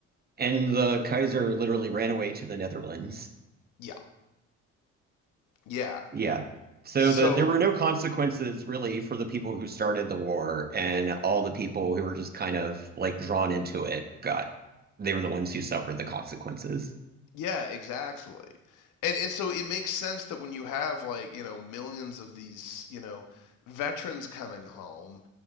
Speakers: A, on the right; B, on the left.
A: and the Kaiser literally ran away to the Netherlands.
B: Yeah. Yeah.
A: Yeah. So
B: So,
A: the, there were no consequences really for the people who started the war, and all the people who were just kind of like drawn into it got, they were the ones who suffered the consequences.
B: yeah, exactly. And and so it makes sense that when you have like, you know, millions of these, you know, veterans coming home